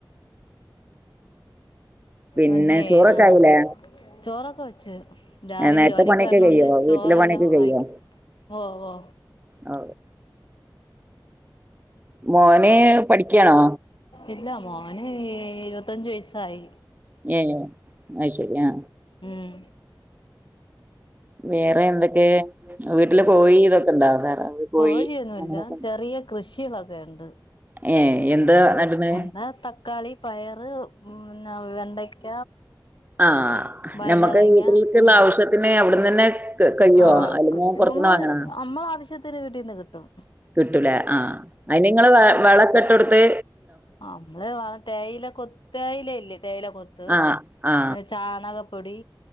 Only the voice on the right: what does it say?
പിന്നെ
ചോറൊക്കെ
ആയില്ലേ
ഏ, നേരത്തെ
പണിയൊക്കെ
കഴിയോ വീട്ടിലെ
പണിയൊക്കെ കഴിയോ
ഓ, മോന് പഠിക്കാണോ
ഏ അഹ് ശരിയാ
വേറെ എന്തൊക്കെ വീട്ടില് പോയി ഇതൊക്കെണ്ടൊ താറാവ് കോഴി
അങ്ങനൊക്കെ
ഏ എന്താ
നട്ണെ
ആഹ്
നമക്ക് വീട്ടില്ക്കുള്ള
ആവശ്യത്തിന് അവിടു ത് ന്നെ ക് കയോ
അല്ലെങ്കി
പുറത്തിന്ന് വാങ്ങണോ
കിട്ടുലേ ആ അയിന് ങ്ങള് വളക്കെ തെ
ആ ആ